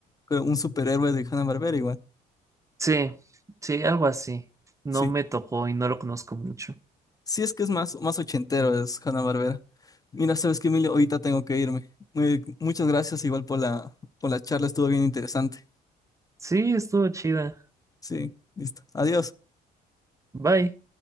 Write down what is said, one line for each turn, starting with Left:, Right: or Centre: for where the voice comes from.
Left: creo un superhéroe de Hanna-Barbera igual.
Right: Sí, sí, algo así. No
Left: Sí.
Right: me tocó y no lo conozco mucho.
Left: Sí, es que es más, más ochentero, es Hanna-Barbera. Mira, sabes que Emilio, ahorita tengo que irme. Muy- muchas gracias igual por la, por la charla, estuvo bien interesante.
Right: Sí, estuvo chida.
Left: Sí, listo. Adiós.
Right: Bye.